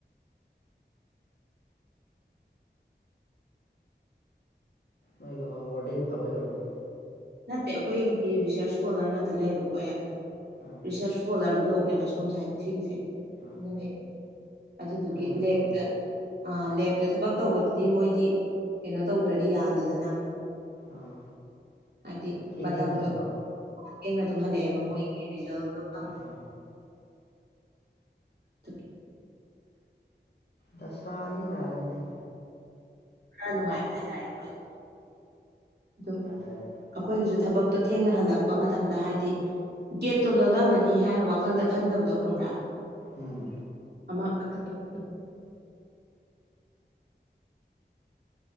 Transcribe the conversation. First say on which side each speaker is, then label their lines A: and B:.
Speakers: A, on the left; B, on the right.
A: ꯅꯣꯏꯗꯣ ꯋꯔꯗꯦꯟ ꯐꯕꯩ ꯑꯣꯏꯔꯝꯅꯤ
B: ꯅꯠꯇꯦ ꯑꯩꯈꯣꯏꯒꯤꯗꯤ ꯔꯤꯁꯔꯁ ꯏꯁꯀꯣꯂꯔ ꯉꯥꯛꯇ ꯂꯩꯌꯦꯕꯀꯣ
A: ꯑꯥ
B: ꯔꯤꯁꯔꯁ ꯏꯁꯀꯣꯂꯔ ꯕ꯭ꯂꯣꯛꯅꯦꯕ ꯁꯣꯝ ꯁꯥꯏꯠ ꯁꯤꯒꯤꯁꯦ ꯑꯩꯈꯣꯢ
A: ꯑꯥ
B: ꯂꯩꯁꯦ ꯑꯗꯨꯗꯨꯒꯤ
A: ꯑꯍꯟ ꯉꯥꯛꯇ
B: ꯂꯦꯞꯇ
A: ꯑꯣꯏꯕꯗꯨꯗ
B: ꯑ ꯂꯦꯞꯇ ꯊꯕꯛ ꯇꯧꯕꯗꯨꯗꯤ ꯃꯣꯏꯗꯤ ꯀꯩꯅꯣ ꯇꯧꯗ꯭ꯔꯗꯤ ꯌꯥꯗꯦꯗꯅ
A: ꯑꯥ
B: ꯍꯥꯏꯗꯤ
A: ꯊꯦꯡ
B: ꯃꯇꯝꯗꯣ
A: ꯊꯦꯡꯅ ꯍꯜꯂꯛꯄ
B: ꯥꯊꯦꯡꯅ ꯑꯗꯨꯝ ꯍꯜꯂꯛꯑꯦꯕ ꯃꯣꯏꯒꯤ ꯔꯤꯖꯜꯗꯣ ꯈꯪ
A: ꯑꯥ
B: ꯑꯗꯨ
A: ꯗꯁꯥꯅꯤ ꯇꯥꯔꯦꯅꯦ ꯑꯗꯨꯗꯦ
B: ꯈꯔ ꯅꯨꯡꯉꯥꯏ ꯍꯥꯏꯇꯥꯔꯦ ꯑꯩꯈꯣꯏ ꯑꯗꯨꯝ
A: ꯇꯥꯔꯦ
B: ꯑꯩꯈꯣꯏꯒꯤꯁꯨ ꯊꯕꯛꯇꯣ ꯊꯦꯡꯅ ꯍꯜꯂꯛꯄ ꯃꯠ ꯃꯇꯝꯗ ꯍꯥꯏꯗꯤ ꯒꯦꯠꯇꯣ ꯂꯣꯜꯂꯝꯃꯅꯤ ꯍꯥꯏꯅ ꯋꯥꯈꯜꯗ ꯈꯟꯗꯕꯗꯣ ꯈꯪꯕ꯭ꯔꯥ
A: ꯎꯝ
B: ꯑꯃ ꯄꯥꯈꯠꯄ <unintelligible>